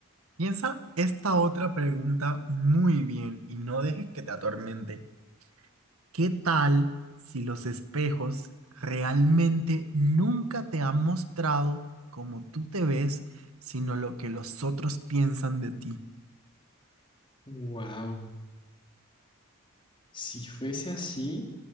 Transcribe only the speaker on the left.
Wow, si fuese así,